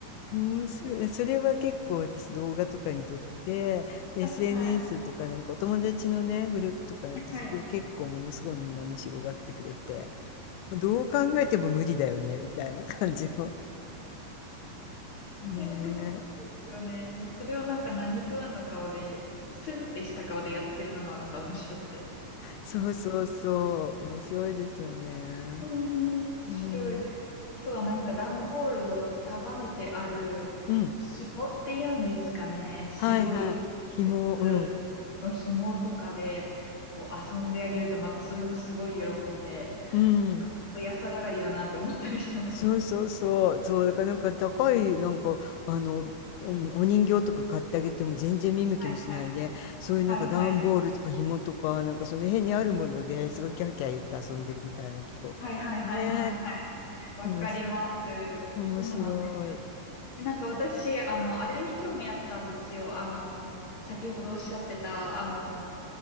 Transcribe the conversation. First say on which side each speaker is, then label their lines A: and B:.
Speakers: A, on the left; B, on the left.
A: 面白い。
B: そう絶
A: それは結構私動画とかに撮って、で
B: 対はい、
A: SNS とかなんかお友達のね、グループとかやってすごい結構ものすごいみんな面白がってくれて、
B: はい。
A: どう考えても無理だよね、みたいな感じの。ね
B: いや、そうなんですよね。それをなんか何食わぬ顔で、スンってした顔でやってるのがまた面白くて。
A: そうそうそう。面白いですよね。
B: 面白い。
A: うん。
B: あとはなんか段ボールを束ねてある紐っていうんですかね。
A: うん。
B: 白いピ
A: はいはい。紐、
B: ックの紐とかでこう遊んであげるとまたそれもすごい喜んで、
A: うん。うん。
B: なんか安上がりだなって思ったりしてます。
A: そうそうそう。そう、だからなんか高い、なんか、あの、お、お人形とか買ってあげても全然見向きもしないで、
B: はいはい。
A: そういうなんか段ボールとか紐とか、
B: はいはい。
A: なんかその辺にあるものですごいキャーキャー言って遊んでるみたいなとこ。
B: うんうん。はいはいはいはいはい。
A: ねえ。
B: わかります。
A: おもし、面白い。
B: そうなんですよ。なんか私、あの、あれに興味あったんですよ。あの、先ほどおっしゃってた、あの、